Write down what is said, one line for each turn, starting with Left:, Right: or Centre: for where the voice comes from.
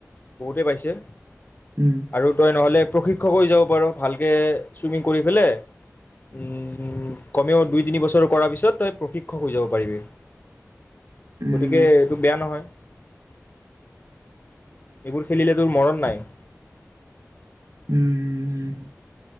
Left: বহুতে পাইছে।
Right: উম, উম,
Left: আৰু তই নহলে প্ৰশিক্ষক হৈ যাব পাৰ। ভালকে চুইমিং কৰি ফেলে উম, উম। কমেও দুই তিনিবছৰ কৰাৰ পিছত তই প্ৰশিক্ষক হৈ যাব পাৰিবি।
Right: উম,
Left: গতিকে এইটো বেয়া নহয়। এইবোৰ খেলিলে তোৰ মৰণ নাই।
Right: উম, উম, উম।